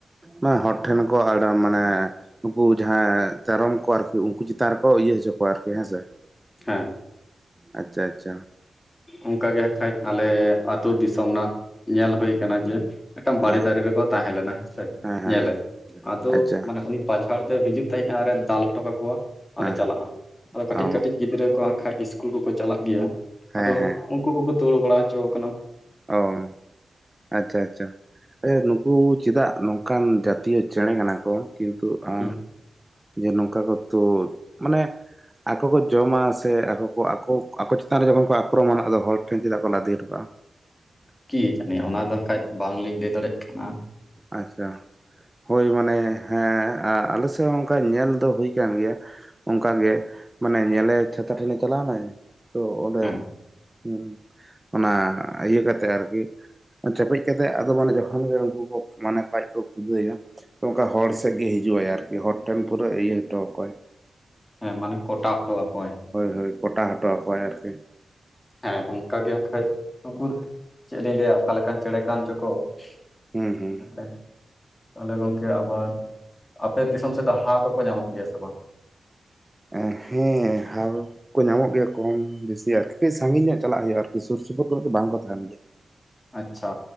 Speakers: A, on the right (about 15°); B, on the left (about 25°).
A: ᱢᱟ ᱦᱚᱲ ᱴᱷᱮᱱ ᱦᱚᱸᱠᱚ ᱟᱫᱟ <unintelligible> ᱢᱟᱱᱮ᱾ ᱱᱩᱠᱩ ᱡᱟᱦᱟᱸ ᱛᱮᱭᱨᱚᱢ ᱠᱚ ᱟᱨᱠᱤ ᱩᱱᱠᱩ ᱪᱮᱛᱟᱱ ᱨᱮᱠᱚ ᱤᱭᱟᱹ ᱦᱚᱪᱚ ᱠᱚᱣᱟ᱾ ᱟᱨᱠᱤ ᱦᱮᱸᱥᱮ
B: ᱦᱮᱸ
A: ᱟᱪᱪᱷᱟ ᱟᱪᱪᱷᱟ
B: ᱚᱝᱠᱟ ᱜᱮ ᱦᱟᱸᱜ ᱠᱷᱟᱡ᱾ ᱟᱞᱮ ᱟᱹᱛᱩ ᱫᱤᱥᱚᱢ ᱱᱟᱜ ᱧᱮᱞ ᱦᱩᱭ ᱠᱟᱱᱟ ᱡᱮ ᱢᱤᱴᱟᱝ ᱵᱟᱲᱮ
A: ᱦᱮᱸ
B: ᱫᱟᱨᱮ ᱨᱮᱠᱚ ᱛᱟᱦᱮᱸ ᱞᱮᱱᱟ ᱦᱮᱸᱥᱮ
A: ᱦᱮᱸ ᱦᱮᱸ
B: ᱧᱮᱞᱮ ᱟᱫᱚ
A: ᱟᱪᱪᱷᱟ
B: ᱢᱟᱱᱮ ᱩᱱᱤ ᱯᱟᱡᱷᱟᱲ ᱫᱚ ᱦᱤᱡᱩᱜ ᱛᱮᱡ ᱟᱨᱮ ᱫᱟᱞ ᱦᱚᱴᱚ ᱠᱟᱠᱚᱣᱟ
A: ᱦᱮᱸ
B: ᱟᱨᱮ ᱪᱟᱞᱟᱜ-ᱟ ᱟᱫᱚ ᱠᱟᱹᱴᱤᱡ
A: ᱚ
B: ᱠᱟᱹᱴ ᱜᱤᱫᱽᱨᱟᱹ ᱠᱚ ᱦᱟᱸᱜ ᱠᱷᱟᱡ ᱤᱥᱠᱩᱞ ᱠᱚᱠᱚ ᱪᱟᱞᱟᱜ ᱜᱮᱭᱟ᱾
A: ᱦᱮᱸ
B: ᱟᱫᱚ
A: ᱦᱮᱸ
B: ᱩᱱᱠᱩ ᱠᱚᱠᱚ ᱛᱳᱲᱩ ᱵᱟᱲᱟ ᱦᱚᱪᱚ ᱠᱟᱱᱟ᱾
A: ᱚ ᱟᱪᱪᱷᱟ ᱟᱪᱪᱷᱟ ᱱᱩᱠᱩ ᱪᱮᱫᱟᱜ ᱱᱚᱝᱠᱟᱱ ᱡᱟᱛᱤᱭᱚ ᱪᱮᱬᱮ ᱠᱟᱱᱟ ᱠᱚ᱾ ᱠᱤᱱᱛᱩ ᱟ
B: ᱦᱮᱸ
A: ᱡᱮ ᱱᱚᱝᱠᱟ ᱠᱚ ᱛᱳ ᱢᱟᱱᱮ ᱟᱠᱚ ᱠᱚ ᱡᱚᱢᱟ ᱥᱮ ᱟᱠᱚ ᱠᱚ ᱟᱠᱚ ᱟᱠᱚ ᱪᱮᱛᱟᱱ ᱨᱮ ᱡᱚᱠᱷᱚᱱ ᱠᱚ ᱟᱠᱨᱚᱢᱚᱱᱟ ᱟᱫᱚ ᱦᱚᱲ ᱴᱷᱮᱱ ᱪᱮᱫᱟᱜ ᱠᱚ ᱞᱟᱫᱮ ᱦᱚᱴᱚ ᱠᱟᱜ-ᱟ᱾
B: ᱠᱤ ᱡᱟᱹᱱᱤ ᱚᱱᱟ ᱫᱚ ᱠᱟᱡ ᱵᱟᱝᱞᱤᱧ ᱞᱟᱹᱭ ᱫᱟᱲᱮᱜ ᱠᱟᱱᱟ᱾
A: ᱟᱪᱪᱷᱟ ᱦᱳᱭ ᱢᱟᱱᱮ ᱦᱮᱸ ᱟᱞᱮᱥᱮᱫ ᱦᱚᱸ ᱚᱝᱠᱟ ᱧᱮᱞ ᱫᱚ ᱦᱩᱭ ᱟᱠᱟᱱ ᱜᱮᱭᱟ᱾ ᱚᱝᱠᱟ ᱜᱮ ᱢᱟᱱᱮ ᱧᱮᱞᱮ ᱪᱷᱟᱛᱟ ᱴᱮᱱᱮ ᱪᱟᱞᱟᱣ ᱱᱟᱭ ᱛᱚ ᱚᱸᱰᱮ
B: ᱦᱮᱸ
A: ᱦᱩᱸ ᱚᱱᱟ ᱤᱭᱟᱹ ᱠᱟᱛᱮ ᱟᱨᱠᱤ ᱪᱮᱯᱮᱡ ᱠᱟᱛᱮᱜ ᱟᱫᱚ ᱢᱟᱱᱮ ᱡᱚᱠᱷᱚᱱ ᱜᱮ ᱩᱱᱠᱩ ᱠᱚ᱾ ᱢᱟᱱᱮ ᱟᱡ ᱠᱚ ᱠᱷᱩᱫᱟᱹᱣ ᱮᱭᱟ᱾ ᱛᱚ ᱚᱞᱠᱟ ᱦᱚᱲ ᱥᱮᱫ ᱜᱮ ᱦᱤᱡᱩ ᱟᱭ ᱟᱨᱠᱤ, ᱾ ᱦᱚᱲ ᱴᱷᱮᱱ ᱯᱩᱨᱟᱹ ᱤᱭᱟᱹ ᱦᱚᱴᱚ ᱟᱠᱚᱣᱟᱭ
B: ᱦᱮᱸ ᱢᱟᱱᱮ ᱠᱚᱴᱟ ᱦᱚᱴᱚ ᱟᱠᱚᱣᱟᱭ᱾
A: ᱦᱳ ᱦᱳᱭ ᱠᱚᱴᱟ ᱦᱚᱴᱚ ᱟᱠᱚᱣᱟᱭ ᱟᱨᱠᱤ?
B: ᱦᱮᱸ ᱚᱝᱠᱟ ᱜᱮ ᱦᱟᱸᱜ ᱠᱷᱟᱡ ᱱᱩᱠᱩ ᱪᱮᱫ ᱞᱤᱧ ᱞᱟᱹᱭᱟ ᱚᱠᱟ ᱞᱮᱠᱟᱱ ᱪᱮᱬᱮ ᱠᱟᱱ ᱪᱚᱠᱚ᱾ <unintelligible>
A: ᱦᱩᱸ ᱦᱩᱸ
B: ᱛᱟᱦᱚᱞᱮ ᱜᱚᱝᱠᱮ ᱟᱵᱟᱨ, ᱟᱯᱮ ᱫᱤᱥᱚᱢ ᱥᱮᱫ ᱫᱚ ᱦᱟᱣ ᱠᱚᱠᱚ ᱧᱟᱢᱚᱜ ᱜᱮᱭᱟ ᱥᱮ ᱵᱟᱝ?
A: ᱮᱸ ᱦᱮᱸ ᱦᱟᱣ, ᱠᱚ ᱧᱟᱢᱚᱜ ᱜᱮᱭᱟ ᱠᱚᱢ ᱵᱤᱥᱤ ᱟᱨᱠᱤ ᱠᱟᱹᱡ ᱥᱟᱺᱜᱤᱧ ᱧᱚᱜ ᱪᱟᱞᱟᱜ ᱦᱩᱭᱩᱜ-ᱟ ᱟᱨᱠᱤ ᱥᱩᱨ ᱥᱩᱯᱩᱨ ᱠᱚᱨᱮ ᱫᱚ ᱵᱟᱝᱠᱚ ᱛᱟᱦᱮᱱ ᱜᱮᱭᱟ᱾
B: ᱟᱪᱪᱷᱟ